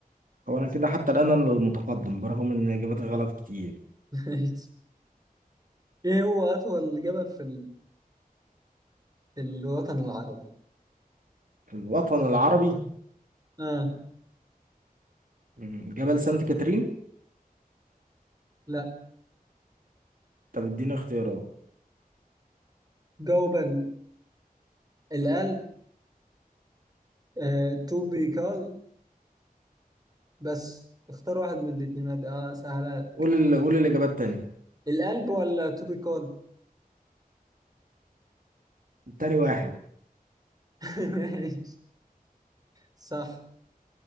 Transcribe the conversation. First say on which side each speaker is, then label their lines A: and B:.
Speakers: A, on the right; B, on the right.
A: هو انا كده حتى الان انا المتقدم برغم ان اجاباتي غلط كتير
B: <laughs> ماشي ايه هو أطول جبل في في الوطن العربي
A: في الوطن العربي
B: آه
A: مم، جبل سانت كاترين
B: لا
A: طب اديني اختيارات
B: جاوب ال- اللي قال آه تو بي كول بس اختار واحد من الاثنين هاد- اه سهلات
A: قول ال... قول الاجابات تاني
B: القلب ولا تو بي كول
A: تاني واحد
B: <laughs> ماشي. صح